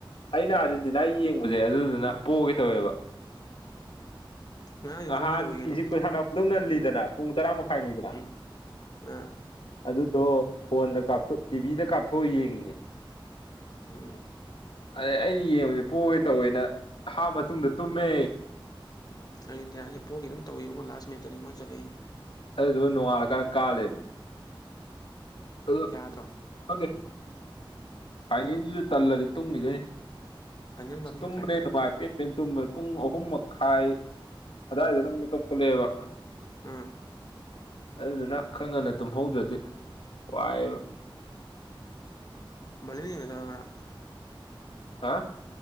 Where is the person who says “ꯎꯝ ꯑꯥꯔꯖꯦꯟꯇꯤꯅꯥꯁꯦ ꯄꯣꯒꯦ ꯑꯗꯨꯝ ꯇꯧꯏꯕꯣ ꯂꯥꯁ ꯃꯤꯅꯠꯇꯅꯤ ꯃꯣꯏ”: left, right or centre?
Left